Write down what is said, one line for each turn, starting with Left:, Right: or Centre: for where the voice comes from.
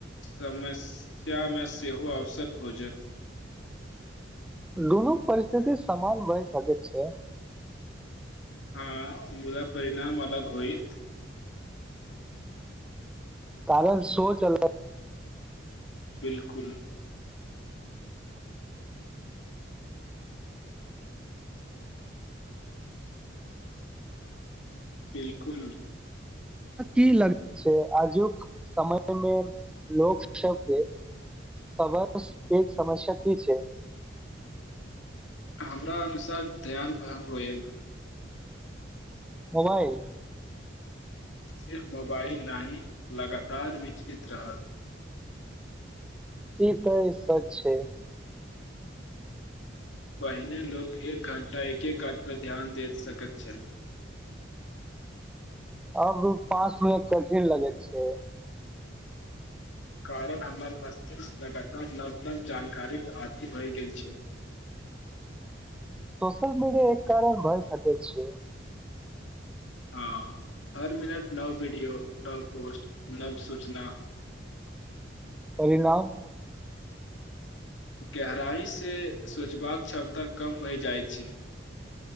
Left: समस्यामे सेहो अवसर खोजत
Centre: दुनू परिस्थिति समान बहि सकैत छै
Left: हँ मुदा परिणाम अलग होइत
Centre: कारण सो चलत
Left: बिलकुल बिलकुल
Centre: की लग छै आजुक समयमे लोक सबके सबस एक समस्या की छै
Left: हमरा अनुसार ध्यान भङ्ग होयब
Centre: मोबाइल
Left: सिर्फ मोबाइल नाहि लगातार विचलित रहत
Centre: इ त इ सच छै
Left: पहिने लोक एक घण्टा एके काज पर ध्यान दे सकैत छल
Centre: अब पाँच मिनट कठिन लगैत छै
Left: कारण हमर बस्तीकसँ लगातार नव नव जानकारीक आदि होय गेल छै
Centre: सोशिल मीडिया एक कारण भइ सक छै
Left: हँ हर मिनट नव वीडियो नव पोस्ट नव सूचना
Centre: परिणाम
Left: गहराइ से सोचबाक क्षमता कम भइ जाइत छै